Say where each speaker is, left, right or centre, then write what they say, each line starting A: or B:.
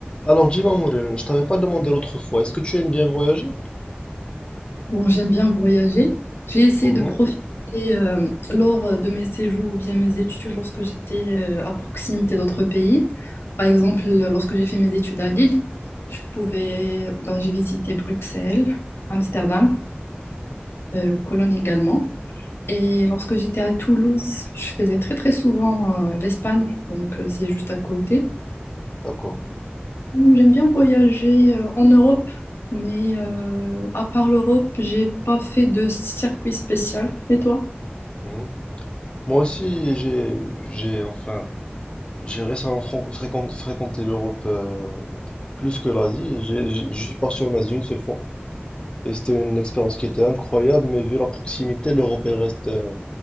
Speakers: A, on the left; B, on the left.
A: Alors dis-moi, Mourine, je t'avais pas demandé l'autre fois, est-ce que tu aimes bien voyager?
B: Bon, j'aime bien voyager. J'ai essayé
A: Mhm,
B: de profiter euh, lors de mes séjours ou bien mes études lorsque j'étais euh, à proximité d'autres pays. Par exemple, lorsque j'ai fait mes études à Lille, je pouvais, ben, j'ai visité Bruxelles, Amsterdam, euh, Cologne également. Et lorsque j'étais à Toulouse, je faisais très très souvent euh, l'Espagne, donc euh, c'est juste à côté.
A: d'accord.
B: J'aime bien voyager euh, en Europe, mais euh, à part l'Europe, j'ai pas fait de circuit spécial. Et toi?
A: Mhm. Moi aussi, j'ai, j'ai, enfin, j'ai récemment fron- fréquent- fréquenté l'Europe euh, plus que l'Asie. J'ai- j'ai- Je suis parti en Asie une seule fois et c'était une expérience qui était incroyable, mais vu la proximité, l'Europe elle reste euh,